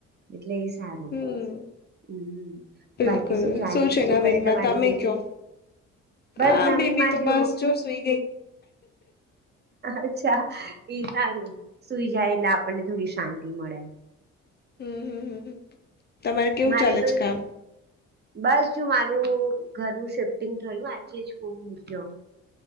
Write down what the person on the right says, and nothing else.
એટલે એ સારું.
હમ બાકી
શું ચાલે છે શું
કરે તમારી
બેબી.
બસ
નવીન
મા
જો
બો.
અચ્છા એ સારું સુઈ જાય એટલે આપણને થોડી શાંતિ મળે.
મારે
તો
બસ જો મારું ઘરનું શિફ્ટિંગ થયું આજે જ મક્યો.